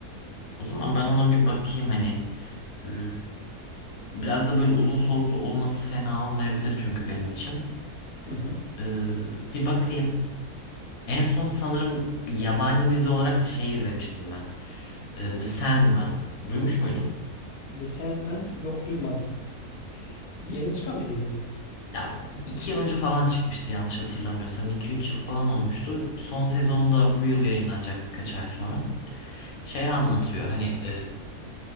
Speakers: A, on the left; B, on the left.
A: O zaman ben ona bir bakayım hani e, biraz da böyle uzun soluklu olması fena olmayabilir çünkü benim için.
B: Hı hı.
A: E, bir bakayım. En son sanırım yabancı dizi olarak da şey izlemiştim ben. E, The Sandman. Duymuş muydun?
B: The Sandman yok duymadım. Yeni çıkan bir dizi mi?
A: Ya iki yıl önce falan çıkmıştı yanlış hatırlamıyorsam. iki üç yıl falan olmuştu. Son sezonu da bu yıl yayınlanacak birkaç ay sonra. Şey anlatıyor hani